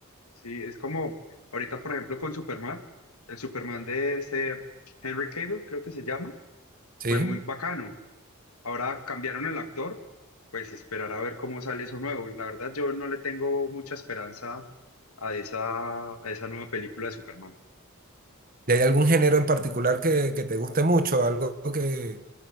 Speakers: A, on the left (about 85°); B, on the right (about 40°).
A: Sí, es como ahorita, por ejemplo, con Superman, el Superman de ese Henry Cable, creo que se llama,
B: ¿sí?
A: fue muy bacano. Ahora cambiaron el actor, pues esperar a ver cómo sale eso nuevo. La verdad, yo no le tengo mucha esperanza a esa, a esa nueva película de Superman.
B: ¿Y hay algún género en particular que, que te guste mucho, algo que,